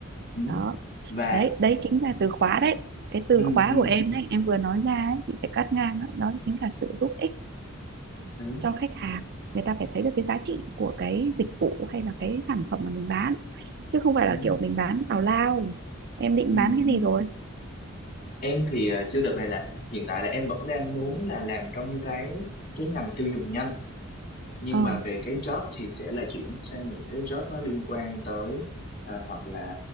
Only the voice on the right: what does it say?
đó
đấy đấy chính là từ khóa đấy cái từ
khóa
của em đấy em vừa nói ra ấy, chị phải cắt ngang đó, đó chính là sự giúp ích
cho khách hàng người ta phải thấy được cái giá trị của cái dịch vụ hay là cái sản phẩm mà mình bán chứ không phải
là kiểu mình bán tào lao em định
bán cái
gì rồi
ờ